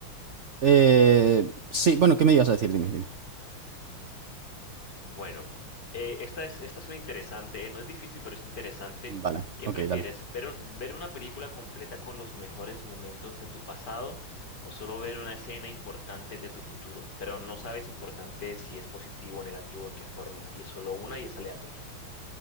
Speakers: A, on the right (about 65°); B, on the left (about 50°).
A: Eh, sí, bueno, ¿qué me ibas a decir? Dime, dime.
B: Bueno, eh, esta es, esta es una interesante, ¿eh? No es difícil, pero es interesante.
A: Vale,
B: ¿Qué
A: ok,
B: prefieres?
A: dale.
B: ¿Ver, un- ver una película completa con los mejores momentos de tu pasado o solo ver una escena importante de tu futuro? Pero no sabes importante si es positivo o negativo, en qué forma, y es solo una y es aleatoria.